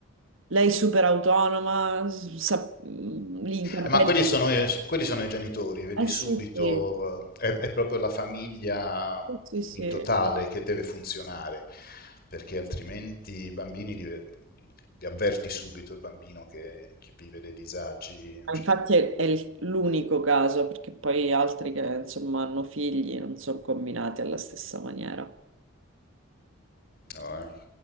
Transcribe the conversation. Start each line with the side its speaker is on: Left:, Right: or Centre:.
Right: lei super autonoma, s- sa, mm, lì in campeggio,
Left: Eh, ma quelli sono, i- quelli sono i genitori, vedi
Right: eh
Left: subito,
Right: sì, sì,
Left: eh, è, è proprio la famiglia
Right: sì, sì, sì.
Left: in totale che deve funzionare, perché altrimenti i bambini li, li avverti subito il bambino che, che vive dei disagi.
Right: Ma
Left: cioè,
Right: Infatti è, è il- l'unico caso, perché poi altri che insomma hanno figli non sono combinati alla stessa maniera.
Left: no, eh.